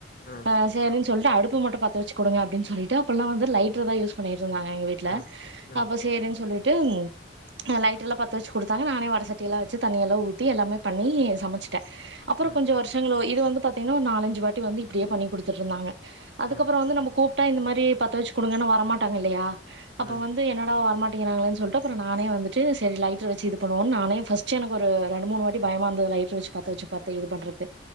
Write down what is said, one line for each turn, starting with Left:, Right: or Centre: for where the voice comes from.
Left: ம்
Right: ஆ செரி சொல்ட்டு அடுப்ப மட்டு பத்த வெச்சுக் குடுங்க அப்டின் சொல்லிட்டு அப்பல்லா வந்து லைட்டர் தா யூஸ் பண்ணிட்ருந்தாங்க எங் ட்ல
Left: ம் ம்
Right: அப்ப சேரின் சொல்லிட் டு அ லைட்டர்லா பத்த வெச்சிக் குடுத்தாங்க நானே வடசட்டியெல்லா வெச்சு தண்ணியெல்லா ஊத்தி எல்லாமே பண்ணி சமச் ட்ட அப்பறொ
Left: ம்
Right: கொஞ்சொ வருஷங்களோய் இது வந்து பாத்தீங்னா ஒரு நாலஞ்சு வாட்டி வந்து இப்டியே பண்ணி குடுத்துட்ருந்தாங்க அதுக்கப்பறொ
Left: ம்
Right: வந்து நம்ம கூப் டா இந்த மாரி பத்த வச்சுக் குடுங்கன்னா வரமாட்டாங்க இல்லயா அப்ப
Left: ம்
Right: வந்து என்னடா வரமாட் டிங்கிறாங்களேன் சொல்ட்டு அப்பறொ நானே வந்துட்டு செ லைட்ர வெச்சி இது பண்ணுவோன் நானே ஃபஸ்ட்டு எனக்கு ஒரு ரெண்டு மூணு வாட்டி பயமா இருந்தது லைட்ரு வெச்சி பத்த வெச்சி பத்த இது பண்றக்கு